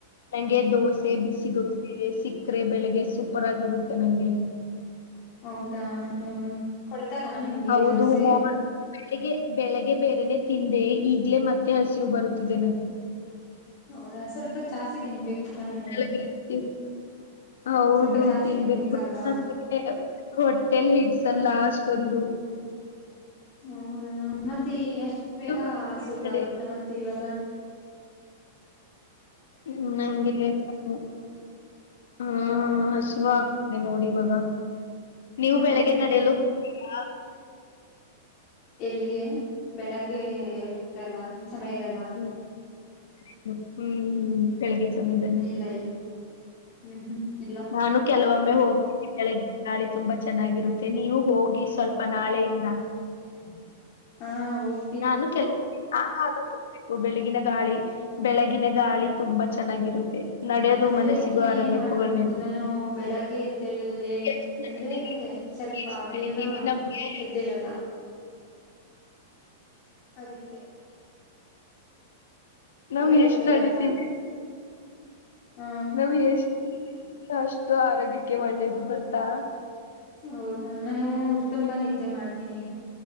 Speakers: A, on the left; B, on the left.
A: ನಂಗೆ ದೋಸೆ ಬಿಸಿ ದೋಸೆ ಸಿಕ್ಕರೆ ಬೆಳಿಗ್ಗೆ ಸೂಪರ್ ಆಗರುತ್ತೆ ನಂಗೆ
B: ಹೌದಾ ಕೊಡ್ತಾರಾ ನಿಮ್ಗೆ
A: ಹೌದು
B: ದೋಸೆ
A: ಮಾರ್ನಿಂಗ್ ಬೆಳ್ಳಿಗೆ ಬೆಳಿಗ್ಗೆ ಬೇರೆನೆ ತಿಂದೆ ಈಗ್ಲೇ ಮತ್ತೆ ಮತ್ತೆ ಹಸಿವು ಬರುತಿದೆ ನಂಗೆ
B: ಹೌದ ಸ್ವಲ್ಪ ಜಾಸ್ತಿ ತಿನ್ಬೇಕು. ತಾನೆ
A: ಬೆಳ್ಳಿಗೆ <unintelligible> ಹೌದು
B: ಸ್ವಲ್ಪ ಜಾಸ್ತಿ
A: ತಿನ್ಬೇಕು
B: ತಿನ್ಬೇಕಲ್ವಾ
A: <unintelligible> <unintelligible> ಹೊಟ್ಟೇಲಿ ಹಿಡ್ಸಲ್ಲ ಅಷ್ಟೊಂದು
B: ಹೌದಾ ಮತ್ತೆ ಎಷ್ಟ ಬೇಗ
A: ನೀವು
B: ಹಸಿವಾಗುತ್ತಾ
A: ಕಡೆ
B: ಮತ್ತೆ ಇವಾಗ್ <inaudible> ತಿ
A: <inaudible> ನಂಗೆ <inaudible> ಹಾಹಸಿವ
B: ಹಾ
A: ಆಗ್ತದೆ ನೋಡಿ ಇವಾಗ <inaudible> ನೀವು
B: ಹ್ಮ್
A: ಬೆಳಿಗ್ಗೆ ನಡೆಯಲು ಹೋಗ್ತೀರಾ?
B: ಎಲ್ಲಿಗೆ <inaudible> ಬೆಳಗ್ಗೆ ಏಳತಿಲ್ಲ್ ಸಮಯದಲ್ಲ
A: ಹ್ಮ್ <inaudible> ಹ್ಮ್ ಹ್ಮ್ ಬೆಳಗ್ಗೆ ಸಮಯದಲ್ಲಿ.
B: ಇಲ್ಲ ಇಲ್ಲ <inaudible> ಹ್ಮ್ ಹ್ಮ್ ಇಲ್ಲ
A: ನಾನು ಕೆಲವೊಮ್ಮೆ ಹೋಗ್ತೇನೆ ಬೆಳಗಿನ ಗಾಳಿ ತುಂಬಾ ಚೆನ್ನಾಗಿರುತ್ತೆ ನೀವು ಹೋಗಿ ಸ್ವಲ್ಪ ಬಾ ನಾಳೆಯಿಂದ.
B: <inaudible> ಹಾ ಹೋಗತಿನಿ
A: ನಾನು ಕೆಲ <unintelligible> ಬೆಳಗಿನ ಗಾಳಿ ಬೆಳಗಿನ ಗಾಳಿ ತುಂಬಾ ಚೆನ್ನಾಗಿರುತ್ತೆ. ನಡೆಯೋದು
B: ಆದ್ರೆ
A: ಮನಸ್ಸಿಗೂ ಆರೋಗ್ಯಕ್ಕೂ
B: ಏನ್ ಮಾಡೋದು
A: ಒಳ್ಳೇದು
B: ನಾನು ಬೆಳಗ್ಗೆ ಎದ್ದ ಹೇಳುದು ಲೇಟ್
A: ಎಷ್ಟ್ ನಡಿತೀವಿ
B: ಅಂದ್ರೆ ಸ್ವಲ್ಪ
A: ಎಷ್ಟ್
B: ಬೇಗ
A: ನಡಿತೀವಿ ನಮ್ಗೆ
B: ಎದ್ದೇಳಲ್ಲ. ಅದಕ್ಕೆ.
A: ನಾವು
B: ಬೇಗ ಎದ್ದೇಳಲ್ಲ
A: ಎಷ್ಟ್ ನಡೀತೀವಿ
B: ಹ
A: ನಾವ ಎಷ್ಟು ಅಷ್ಟು ಆರೋಗ್ಯಕ್ಕೆ ಒಳ್ಳೇದ್ ಗೊತ್ತಾ?
B: ಹೌದಾ ನಾನು ತುಂಬಾ ನಿದ್ದೆ ಮಾಡ್ತೀನಿ